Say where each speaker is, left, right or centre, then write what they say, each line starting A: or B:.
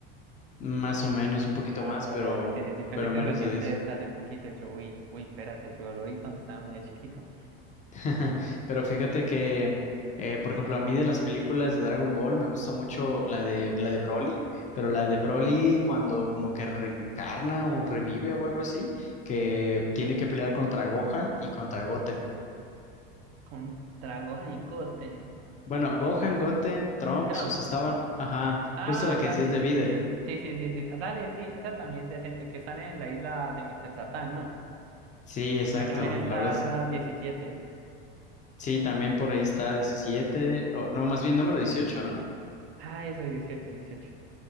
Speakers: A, on the left; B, on the right.
A: Más o menos, un poquito
B: Ah,
A: más,
B: dale,
A: pero,
B: dale. Sí, sí, sí. Pensé
A: pero
B: que
A: menos
B: recientes
A: de 10.
B: hace poquito. Yo, uy, uy, espérate, yo lo vi cuando estaba medio chiquito.
A: <laughs> Pero fíjate que, eh, por ejemplo, a mí de las películas de Dragon Ball me gusta mucho la de la de Broly, pero la de Broly cuando como que reencarna o revive o algo así, que tiene que pelear contra Gohan y contra Goten.
B: Contra Gohan y Goten.
A: Bueno, Gohan, Goten, Trunks,
B: Y Trunks.
A: o sea, estaban, ajá,
B: Ah,
A: justo la que
B: dale,
A: decías de
B: sí,
A: Videl.
B: sí, sí. Sí, sí, sí, sí. Dale, sí, esa también decente, que están en la isla de Mr. Satán, ¿no?
A: Sí, exacto.
B: Que también está
A: La verdad es,
B: diecisiete.
A: sí, también por ahí está 17 o no, más bien número dieciocho ¿no?
B: Ah, eso, dieciocho, dieciocho.